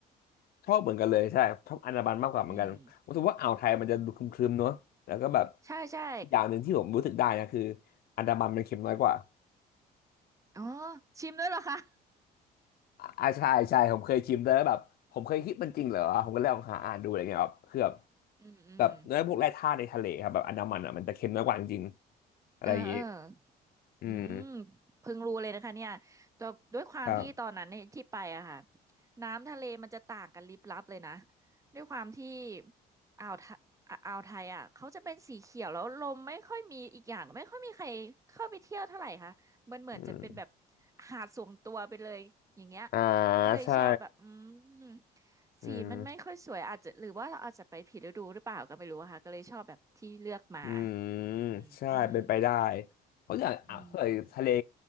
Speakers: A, on the left; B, on the right.
A: ชอบเหมือนกันเลยใช่ชอบอันดามันมากกว่าเหมือนกันรู้สึกว่าอ่าวไทยมันจะดูครึมๆเนอะแล้วก็แบบ
B: อืมอืมใช่ใช่
A: อีกอย่างหนึ่งที่ผมรู้สึกได้นะคืออันดามันมันเค็มน้อยกว่า
B: อ๋อชิมด้วยเหรอคะ
A: อ่าใช่ใช่ผมเคยชิมแต่แบบผมเคยคิดมันจริงเหรอผมก็เลยลองหาอ่านดูอะไรเงี้ยครับคือแบบ
B: <laughs> อืมอืม
A: แบบเนื้อพวกแร่ธาตุในทะเลครับแบบอันดามันอ่ะมันจะเค็มน้อยกว่าจริงๆอะไรอย่างงี้
B: เออเออ
A: อืม
B: อืมเพิ่งรู้เลยนะคะเนี่ยแต่ด้วยความที่ตอนนั้นเนี่ยที่ไปอะค่ะ
A: ครับ
B: น้ำทะเลมันจะต่างกันลิบลับเลยนะด้วยความที่อ่าวไทอ่ะอ่าวไทยอะเขาจะเป็นสีเขียวแล้วลมไม่ค่อยมีอีกอย่างไม่ค่อยมีใครเข้าไปเที่ยวเท่าไหร่ค่ะมันเหมือนจะเป็นแบบ
A: อืม
B: หาดส่วนตัวไปเลยอย่างเงี้ย
A: อ่า
B: ก็เลยชอบแบบอืม
A: ใช่อืม
B: สีมันไม่ค่อยสวยอาจจะหรือว่าเราอาจจะไปผิดฤดูหรือเปล่าก็ไม่รู้อะค่ะก็เลยชอบแบบที่เลือกมา
A: อืม
B: อืม
A: ใช่เป็นไปได้เพราะอย่างอ่าวถ้าเกิดทะเล
B: อืม